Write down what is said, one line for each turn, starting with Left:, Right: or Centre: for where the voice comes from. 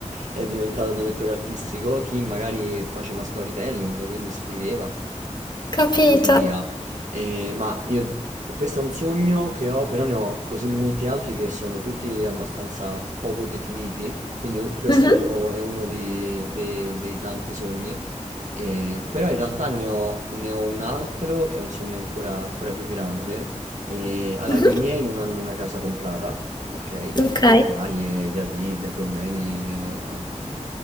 Right: è diventato direttore artistico, chi magari faceva storytelling, quindi scriveva
Left: Capito.
Right: e così via. Eh, ma io, questo è un sogno che ho, però ne ho così molti altri che sono tutti abbastanza poco definiti, quindi u- questo
Left: Mhm,
Right: è uno, è uno di- dei, dei tanti sogni eh, però in realtà ne ho, ne ho un altro che è un sogno ancora, ancora più grande. E, allora,
Left: mhm,
Right: i miei non hanno una casa comprata, ok?
Left: Ok.
Right: Per varie diatribe, problemi ehm,